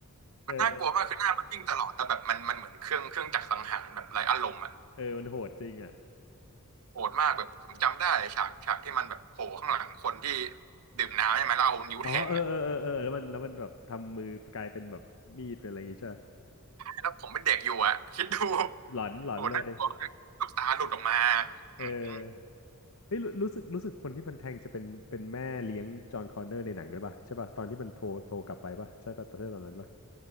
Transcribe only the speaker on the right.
มันน่ากลัวมากคือหน้ามันวิ่งตลอดแล้วแบบมันมันเหมือนเครื่องเครื่องจักรสังหารแบบไร้อารมณ์อะ
โหดมากแบบผมจำได้ฉากฉากที่มันแบบโผล่ข้างหลังคนที่ดื่มน้ำใช่ไหมแล้วเอานิ้วแทงอ่ะ
แล้วผมเป็นเด็กอยู่อ่ะคิดดู
โหน่ากลัวมากลูกตาหลุดออกมา
อืม